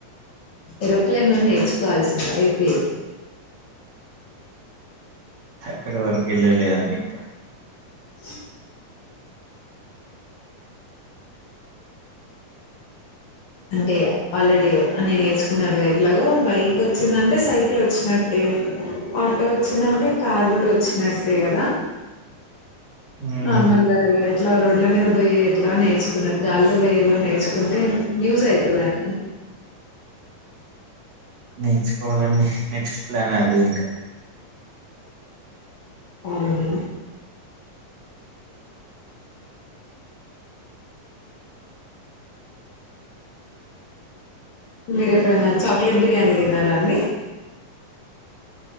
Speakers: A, on the left (about 55°); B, on the right (about 65°).
A: ఏరోప్లేన్ కూడా నేర్చుకోవాల్సి అయిపోయేది <inaudible>
B: అక్కడి వరకు వెళ్ళలేదండి ఇంకా
A: <inaudible> అంటే ఆల్రెడీ అన్ని నేర్చుకున్నారు గా ఎట్లాగో బైక్ వచ్చిందంటే సైకిల్ వచ్చినట్టే. ఆటో వచ్చిందంటె కార్ కూడా వచ్చినట్టే కదా.
B: ఉమ్
A: నార్మల్గా ఇట్ల రోడ్ల మీద పొయ్యి ఎట్ల నేర్చుకున్న, గాల్లో పోయేది కూడా నేర్చుకుంటే యూజ్ అయితదండి
B: నేర్చుకోవాలండి నెక్స్ట్ ప్లాన్ అదే ఇంకా.
A: ఆ అదే మీరు ఎప్పుడైన చాక్లెట్ బిర్యానీ తిన్నారా అండి?